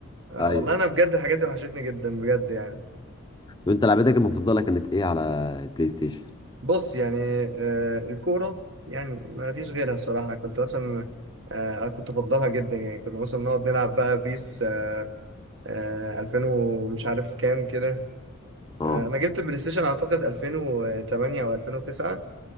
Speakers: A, on the right; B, on the left.
A: آه
B: ايوه
A: والله انا بجد الحاجات دي وحشتني جدا بجد يعني
B: وانت لعبتك المفضله كانت ايه على البلاي ستيشن
A: بص يعني آه الكورة يعني ما فيش غيرها الصراحة كنت مثلا آه كنت افضلها جدا يعني كنا مثلا نقعد نلعب بقى بيس آه آه 2000 ومش عارف كام كده
B: اه
A: آه انا جبت البلاي ستيشن اعتقد 2008 او 2009